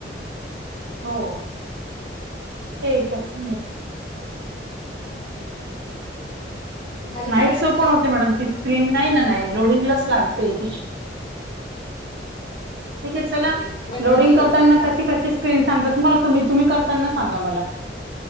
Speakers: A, on the right; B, on the left.
A: हो.. एकच मिनिट
B: झाली
A: नाईटस
B: का मॅडम
A: ओपण
B: स्क्रीन
A: होते, मॅडम ती स्क्रीन नाही ना नाही लोडिंगलाच लावते ती ठीक आहे चला
B: ओके माझ्याकडे
A: लोडिंग
B: झाली हो.
A: करताना कशी कशी स्क्रीन सांगतात, तुम्हाला तुम्ही करताना सांगा मला.